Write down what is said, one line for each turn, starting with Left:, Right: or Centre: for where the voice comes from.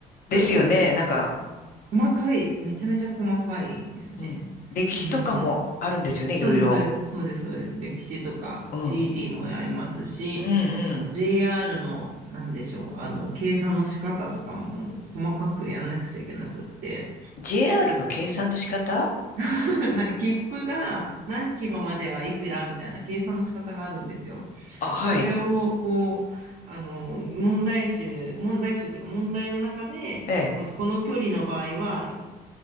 Left: ですよね。
Right: <laughs>
Left: なんか、
Right: うん細かい。めちゃめちゃ細かいですね。
Left: うん。歴史とかもあるんですよね、
Right: うんうん。
Left: いろいろ。
Right: そうです、そうです、そうです、そうです。歴史とか地理もありますし、
Left: うん。うんうん。
Right: あの JR の、なんでしょう、あの、計算の仕方とかも細かくやんなくちゃいけなくって、
Left: JR の計算の仕方
Right: <laughs> なんか切符が何キロまではいくらみたいな計算の仕方があるんですよ。
Left: あ、はい。
Right: それを、こう、あの、問題集、問題集っていうか問題の中で、
Left: ええ。
Right: うんこの距離の場合は、い